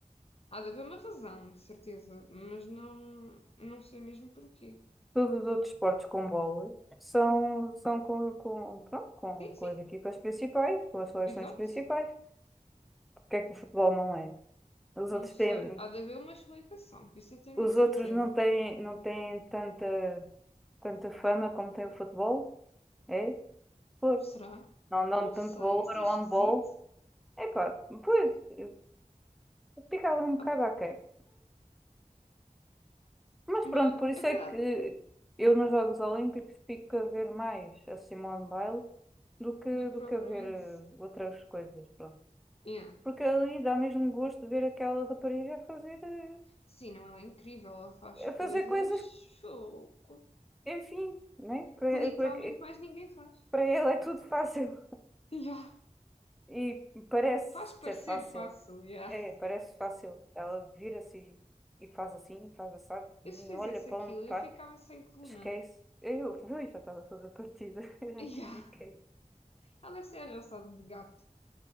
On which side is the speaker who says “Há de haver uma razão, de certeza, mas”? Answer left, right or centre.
Left